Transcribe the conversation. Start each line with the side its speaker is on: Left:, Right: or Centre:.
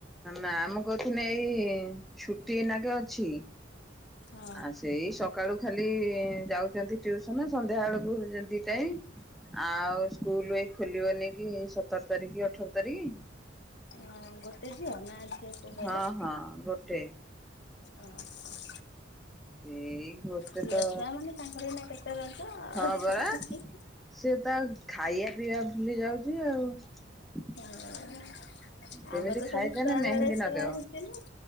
Centre: ନା- ମୁଁ କହୁଥିଲି ଏଇ ଛୁଟି ଏଇନାକେ ଅଛି।
Left: ହଁ
Centre: ଆ ସେଇ ସକାଳୁ ଖା ଖାଲି ଯାଉଚନ୍ତି ଟ୍ୟୁସନ ସନ୍ଧ୍ୟା ବେଳକୁ ଦି ଟାଇମ୍। ଆଉ ସ୍କୁଲୁ ଏଇ ଖୋଲିବନି କି ଏଇ ସତର୍ ତାରିଖି କି ଅଠର୍ ତାରିଖି।
Left: ହଁ ଗୋଟେ ଝିଅ ନା ଝିଅ ପୁଅ କହିଲେ
Centre: ହଁ- ହଁ ଗୋଟେ।
Left: ଓହୋ।
Centre: ଏଇ। ଗୋଟେ
Left: ଝିଅ
Centre: ତ
Left: ଛୁଆ ମାନେ ତାଙ୍କର ଏଇନା କେତେ ରଜ ଆଉ-
Centre: ହଁ ପରା
Left: ହିଁ ହିଁ।
Centre: ସେ ତା ଖାଇବା ପିଇବା ଭୁଲି ଯାଉଚି ଆଉ।
Left: ହଁ
Centre: କେମିତି
Left: ଆମେ ତ
Centre: ଖାଇଦେଲେ
Left: ସବୁ ଛୁଆ
Centre: ମେହେନ୍ଦୀ
Left: ବେଳେ ସେଇଆ
Centre: ନଗେଇବ
Left: ହେଇଥିଲୁ।